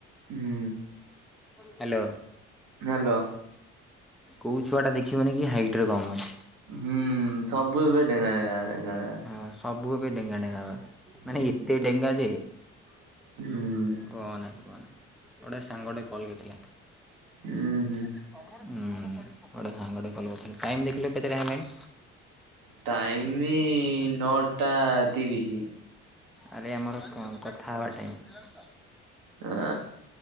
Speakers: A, on the right; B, in the centre.
A: ହୁଁ
B: ହ୍ୟାଲୋ
A: ହଲୋ।
B: କଉ ଛୁଆଟା ଦେଖିବେନି କି ହାଇଟରେ କମ ଅଛି।
A: ହୁଁ ସବୁ ଏବେ ଡେଙ୍ଗା ଡେଙ୍ଗା। ଡେଙ୍ଗା ଡେଙ୍ଗା।
B: ହଁ ସବୁ ଏବେ ଡେଙ୍ଗା ଡେଙ୍ଗା ହେବା
A: ହୁଁ
B: ମାନେ ଏତେ ଡେଙ୍ଗା ଯେ
A: ହୁଁ।
B: କୁହନା ଗୋଟେ ସାଙ୍ଗଟେ କଲ୍ କରିଥିଲା।
A: ହୁଁ-ହୁଁ
B: ହୁଁ ଗୋଟେ ସାଙ୍ଗଟେ କଲ କରିଥିଲା ଟାଇମ ଦେଖିଲେ କେତେଟା ହେଲାଣି?
A: ଟାଇମି ଇ ନଅଟା ତିରିଶ।
B: ଆରେ ଆମର କଥା ହେବା ଟାଇମ୍।
A: ଆ